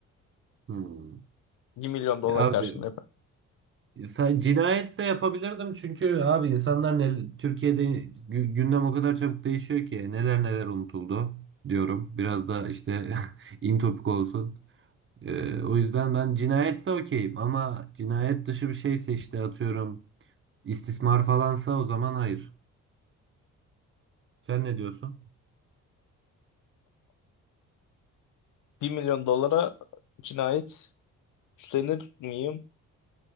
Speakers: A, on the right (about 40°); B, on the left (about 70°).
A: Hmm.
B: Bir milyon dolar
A: Ya abi
B: karşılığında yapar.
A: sen cinayetse yapabilirdim çünkü abi insanlar ne, Türkiye'de gü- gündem o kadar çabuk değişiyor ki neler neler unutuldu diyorum. Biraz da işte <laughs> in topik olsun. Ee, o yüzden ben cinayetse okeyim ama cinayet dışı bir şeyse işte atıyorum istismar falansa o zaman hayır. Sen ne diyorsun?
B: 1 milyon dolara cinayet üstlenir miyim?